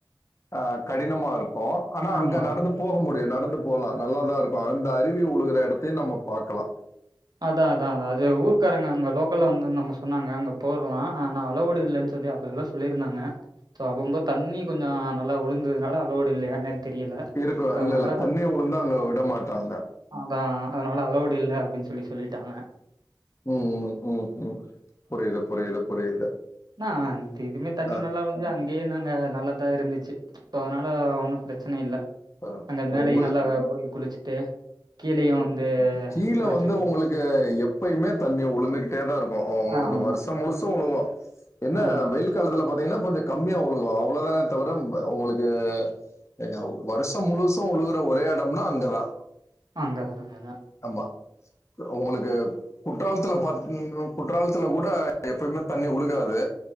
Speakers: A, on the left (about 35°); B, on the right (about 55°).
A: ஆ கடினமா இரு க்கு ஆனா
B: ஆமா.
A: அங்க நடந்து போக முடியு நடந் து போலா நல்லாதா இருக்கு அந்த அருவி உழுகுற எடத்தயு நம்ம பாக்கலா
B: அதா அதா அது ஊர்க்காரங்க அங்க லோக்கல்ல வந்துருந்தவுங்க சொன்னாங்க அங்க போறலா ஆனா அலோவ்டு இல்லன்னு சொல்லி அப்டிலா சொல்லிருந்தாங்க சோ அப்பம்போது தண்ணி கொஞ்ச நல்லா உழுந்ததுனால அலோவ்டு இல்லையா‌என்னன் தெரியல
A: இருக்கும்
B: சோ
A: இல்ல
B: அதனால
A: இல்ல தண்ணி உளுந்தா அங்க விட மாட்டாங்க
B: அதா அதனால அலோவ்டு இல்ல அப்படின்னு சொல்லி சொல்லிட்டாங்க
A: ம் ம் ம் ம் புரியுது புரியுது புரியுது
B: அனா அந்த இதுமே தண்ணி
A: ஆ,
B: நல்லா வந்துது அங்கயே நாங்க நல்லாதா இருந்துச்சு ஸோ அதனால ஒன்னும் பிரச்சன இல்ல
A: ஆ.
B: அங்க மேலயு
A: உங்களுக்கு
B: நல்லா போய் குளிச் ட்டு கீழயு வந்து
A: கீழ
B: குளிச்சுட்டு
A: வந்து உங்களுக்கு எப்பயுமே தண்ணி உழுந்துக்கிட்டேதா இருக்கு உங்களுக்கு
B: ஆமா.
A: வருஷ முழுசு உழுவு என்ன
B: அதான்
A: வெயில் காலத்துல பாத் ன்னா கொஞ்ச கம்மியா உழுகு அவ்ளோதான தவிர ம உங்களுக்கு அங்க வருஷ முழுசு உழுகுற ஒரே எடம்னா அங்கதா
B: அங்கதா அதா
A: ஆமா உங்களுக்கு கு குற்றாலத்துல பாத் குற்றாலத்துல கூட எப்பயுமே தண்ணி உழுகாது